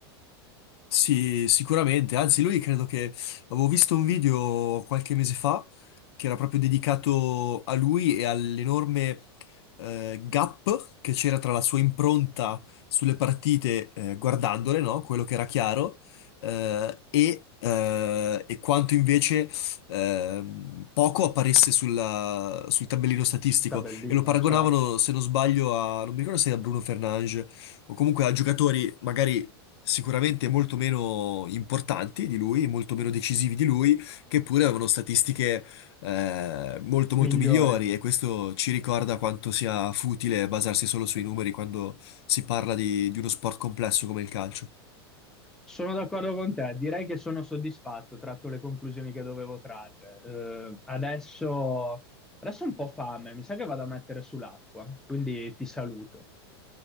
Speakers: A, on the left (about 75°); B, in the centre.
A: Sì, sicuramente, anzi lui credo che avevo visto un video qualche mese fa che era proprio dedicato a lui e all'enorme eh, gap che c'era tra la sua impronta sulle partite eh, guardandole, no? Quello che era chiaro, eh, e, eh, e quanto invece ehm, poco apparisse sulla- sul tabellino statistico
B: Sul tabellino,
A: e lo paragonavano,
B: certo,
A: se non sbaglio, a, non mi ricordo se era Bruno Fernanges o comunque a giocatori magari sicuramente molto meno importanti di lui, molto meno decisivi di lui, che pure avevano statistiche eh, molto molto
B: migliore.
A: migliori e questo ci ricorda quanto sia futile basarsi solo sui numeri quando si parla di, di uno sport complesso come il calcio.
B: Sono d'accordo con te, direi che sono soddisfatto, tratto le conclusioni che dovevo trarre. Eh, adesso, adesso ho un po' fame, mi sa che vado a mettere sull'acqua, quindi ti saluto.